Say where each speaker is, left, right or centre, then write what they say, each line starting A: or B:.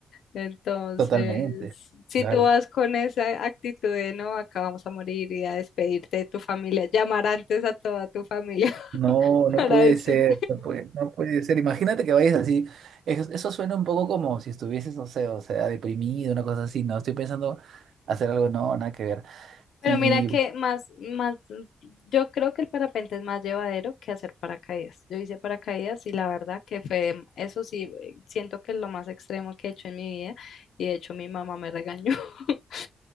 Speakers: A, on the left (about 80°); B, on the right (about 75°).
A: Entonces,
B: Totalmente,
A: si
B: claro.
A: tú vas con esa actitud de no, acá vamos a morir y a despedirte de tu familia, llamar antes a toda tu familia <laughs>
B: No, no
A: para
B: puede
A: decirle.
B: ser, no puede, no puede ser. Imagínate que vayas así. es- eso suena un poco como si estuvieses, no sé, o sea, deprimido, una cosa así. No, estoy pensando hacer algo, no, nada que ver.
A: Pero
B: Y
A: mira que más, más, yo creo que el parapente es más llevadero que hacer paracaídas. Yo hice paracaídas y la verdad que fue, eso sí, siento que es lo más extremo que he hecho en mi vida y de hecho mi mamá me regañó. <laughs>